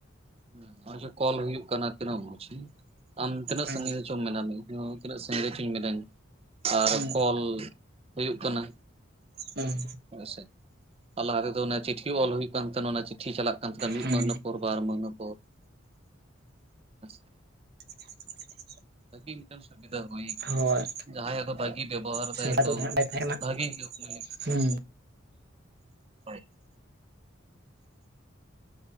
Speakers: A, on the right; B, on the right.
A: ᱦᱮᱸ ᱱᱚᱜᱚᱭ ᱡᱮ ᱠᱚᱞ ᱦᱩᱭᱩᱜᱜ ᱠᱟᱱᱟ ᱛᱤᱱᱟᱹᱜ ᱢᱡ ᱟᱢ ᱛᱤᱱᱟᱹᱜ
B: ᱦᱮᱸ
A: ᱥᱟᱹᱜᱤᱧ, ᱢᱮᱱᱟᱢᱮ ᱤᱧᱦᱚ ᱛᱤᱱᱟᱹᱜ ᱥᱤᱜᱨᱮᱪ ᱤᱧ ᱢᱤᱱᱟᱹᱧᱟ ᱟᱨ
B: ᱦᱮᱸ
A: ᱠᱚᱞ ᱦᱩᱭᱩᱜ ᱠᱟᱱᱟ᱾
B: ᱦᱮᱸ
A: ᱦᱮᱸᱥᱮ ᱟᱨ ᱞᱟᱦᱟ ᱛᱮᱫᱚ ᱚᱱᱟ ᱪᱤᱴᱷᱤ ᱚᱞ ᱦᱩᱭᱩᱜ ᱠᱟᱱ ᱛᱟᱦᱮᱱᱟ ᱚᱱᱟ ᱪᱤᱴᱷᱤ ᱪᱟᱞᱟᱜ ᱠᱟᱱ ᱛᱟᱦᱮᱱᱟ ᱢᱤᱫ
B: ᱦᱮᱸ
A: ᱢᱟᱹᱦᱤᱱᱟ ᱠᱚ ᱵᱟᱨ ᱢᱮᱦᱱᱮ ᱠᱚ ᱦᱮᱸ ᱥᱮ᱾
B: <unintelligible>
A: ᱵᱷᱟᱹᱜᱤ ᱢᱤᱫᱴᱮᱱ ᱥᱩᱵᱤᱫᱟ ᱦᱩᱭ ᱠᱟᱱᱟ᱾
B: ᱦᱳᱭ
A: ᱡᱟᱦᱟᱸᱭ ᱟᱫᱚ ᱵᱷᱟᱜᱤᱭ ᱵᱮᱵᱚᱦᱟᱨ
B: ᱥᱮᱫᱟᱭ
A: ᱫᱟᱭ ᱛᱚ
B: ᱫᱚ ᱱᱟᱦᱟᱜ ᱵᱟᱭ ᱛᱟᱦᱮᱸ ᱠᱟᱱᱟ
A: ᱵᱷᱟᱜᱮ ᱦᱩᱭᱩᱜ ᱩᱱᱤ ᱞᱟᱹᱜᱤᱫ ᱫᱚ,
B: ᱦᱮᱸ
A: ᱦᱳᱭ